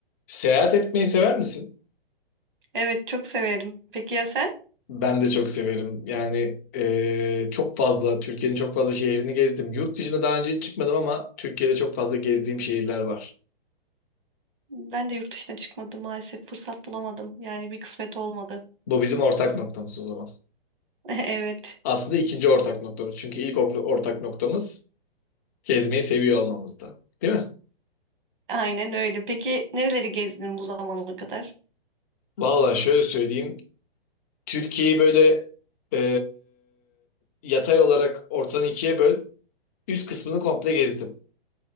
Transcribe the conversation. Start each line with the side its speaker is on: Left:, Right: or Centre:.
Left: Seyahat etmeyi sever misin?
Right: Evet çok severim. Peki ya sen?
Left: Ben de çok severim. Yani e, çok fazla, Türkiye'nin çok fazla şehrini gezdim. Yurt dışına daha önce hiç çıkmadım ama Türkiye'de çok fazla gezdiğim şehirler var.
Right: Ben de yurt dışına çıkmadım maalesef. Fırsat bulamadım. Yani bir kısmet olmadı.
Left: Bu bizim ortak noktamız o zaman.
Right: <laughs> Evet.
Left: Aslında ikinci ortak noktamız. Çünkü ilk or- ortak noktamız gezmeyi seviyor olmamızda. Değil mi?
Right: Aynen öyle. Peki nereleri gezdin bu zamana kadar?
Left: Vallahi şöyle söyleyeyim. Türkiye'yi böyle e, yatay olarak ortadan ikiye böl. Üst kısmını komple gezdim.